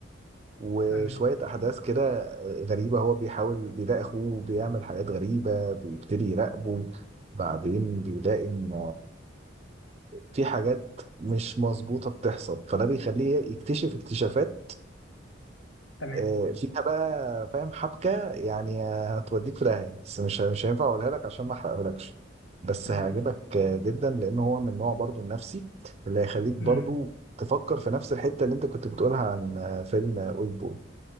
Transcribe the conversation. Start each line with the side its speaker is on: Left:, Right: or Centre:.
Right: وشويه
Left: تمام
Right: احداث كده غريبه هو بيحاول بيلاقي اخوه بيعمل حاجات غريبه بيبتدي يراقبه بعدين بيلاقي ان في حاجات مش مظبوطة بتحصل فده بيخليه يكتشف اكتشافات
Left: تمام
Right: آه، فيها بقى فاهم حبكة يعني آه، هتوديك في داهية بس مش مش هينفع اقولها لك عشان ما احرقهولكش بس
Left: تمام
Right: هيعجبك آه، جدا لان هو من نوع برضو النفسي اللي هيخليك برضو
Left: مم.
Right: تفكر في نفس الحتة اللي انت كنت بتقولها عن آه، فيلم اولد بوي